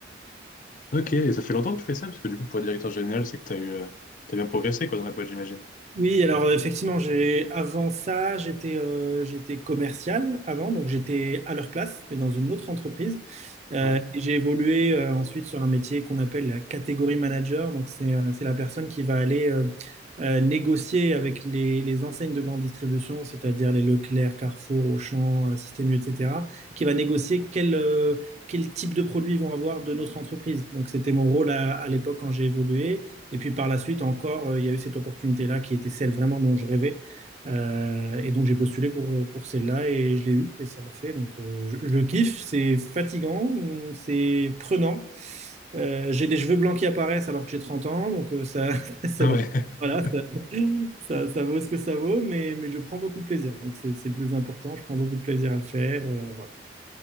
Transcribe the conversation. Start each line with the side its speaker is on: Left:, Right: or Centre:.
Left: Ok, et ça fait longtemps que tu fais ça, parce que du coup, pour être directeur général, c'est que t'as eu, euh, t'as bien progressé, quoi, dans la boîte, j'imagine.
Right: Oui, alors euh, effectivement, j'ai avant ça, j'étais euh, j'étais commercial avant, donc j'étais à leur place, mais dans une autre entreprise. Euh,
Left: Ah Ouais.
Right: et j'ai évolué euh, ensuite sur un métier qu'on appelle la catégorie manager. Donc c'est euh, c'est la personne qui va aller euh, euh, négocier avec les, les enseignes de grande distribution, c'est-à-dire les Leclerc, Carrefour, Auchan, euh, Système U, etc., qui va négocier quel euh, quel type de produits ils vont avoir de notre entreprise. Donc c'était mon rôle à, à l'époque quand j'ai évolué. Et puis par la suite encore, euh, il y a eu cette opportunité-là qui était celle vraiment dont je rêvais. Euh, et donc j'ai postulé pour, euh, pour celle-là et je l'ai eue et ça l'a fait. Donc euh, je, je kiffe, c'est fatigant, hum, c'est prenant. Euh, j'ai des cheveux blancs qui apparaissent alors que j'ai 30 ans, donc euh, ça, <laughs> c'est
Left: Ah
Right: vrai.
Left: ouais. <laughs>
Right: Voilà, ça, ça, ça vaut ce que ça vaut, mais, mais je prends beaucoup de plaisir. Donc c'est c'est le plus important, je prends beaucoup de plaisir à le faire. euh, voilà.